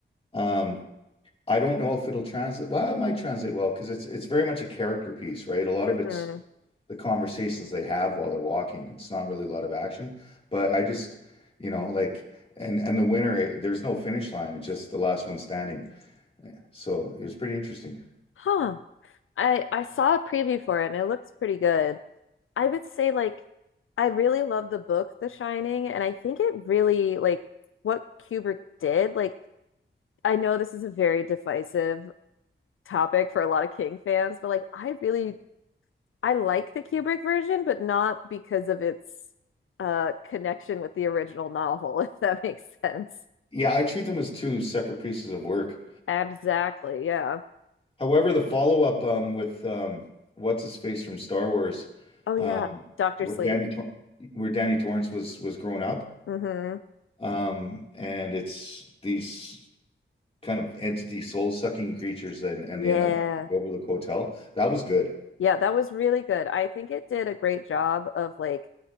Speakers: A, on the left (about 30°); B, on the left (about 85°).
A: Um, I don't know if it'll translate. Well, it might translate well because it's it's very much a character piece, right? A lot of it's
B: Mhm.
A: the conversations they have while they're walking. It's not really a lot of action, but I just, you know, like and and the winner, eh, there's no finish line. It's just the last one standing. So it was pretty interesting.
B: Huh. I I saw a preview for it and it looks pretty good. I would say like I really love the book The Shining and I think it really like what Kubrick did. Like I know this is a very divisive topic for a lot of King fans, but like I really I like the Kubrick version, but not because of its uh connection with the original novel, <laughs> if that makes sense.
A: Yeah, I treat them as two separate pieces of work.
B: Exactly. Yeah.
A: However, the follow-up um, with um, what's his face from Star Wars,
B: Oh
A: um,
B: yeah, Doctor
A: where
B: Sleep.
A: Danny Tor- where Danny Torrance was was grown up,
B: hmm
A: um, and it's these kind of entity soul-sucking creatures, and and
B: Yeah.
A: they end up back at the Overlook Hotel. That was good.
B: Yeah, that was really good. I think it did a great job of like